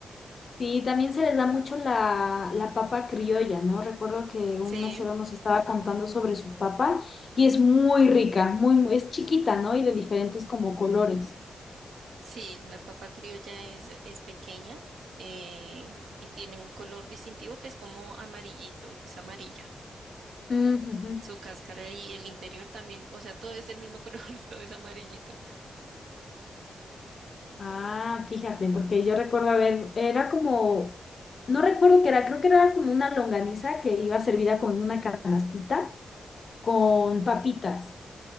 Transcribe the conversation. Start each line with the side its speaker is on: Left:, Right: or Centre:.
Left: Sí, también se les da mucho la, la papa criolla, ¿no? Recuerdo que
Right: Sí,
Left: un mesero nos estaba contando sobre su papa y es muy rica, muy, muy, es chiquita, ¿no? Y de diferentes como colores.
Right: sí, la papa criolla es, es pequeña eh, y tiene un color distintivo que es como amarillito, es amarilla.
Left: Mm, ujú.
Right: Su cáscara y el interior también, o sea, todo es del mismo color, <laughs> todo es amarillito.
Left: Ah, fíjate, porque yo recuerdo, a ver, era como, no recuerdo qué era, creo que era como una longaniza que iba servida con una canastita con papitas.